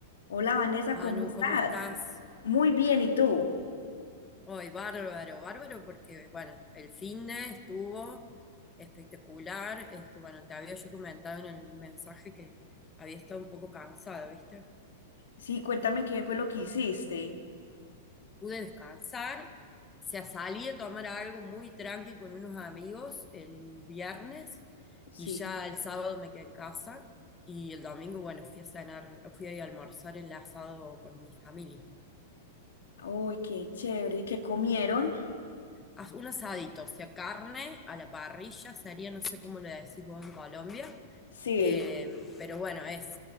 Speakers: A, on the left; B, on the left.
A: Hola Vanessa,
B: Manu,
A: ¿cómo estás?
B: ¿cómo estás?
A: Muy bien, ¿y tú?
B: Hoy, bárbaro, bárbaro, porque, bueno, el finde estuvo espectacular. Este, bueno, te había yo comentado en el mensaje que había estado un poco cansada, ¿viste?
A: Sí, cuéntame qué fue lo que hiciste.
B: Pude descansar, se salí a tomar algo muy tranqui con unos amigos el viernes
A: Sí.
B: y ya el sábado me quedé en casa y el domingo, bueno, fui a cenar, fui a almorzar el asado con mi familia.
A: Uy, qué chévere. ¿Y qué comieron?
B: as- un asadito, o sea, carne a la parrilla, sería, no sé cómo le decís vos en Colombia,
A: Sí.
B: eh, pero bueno, es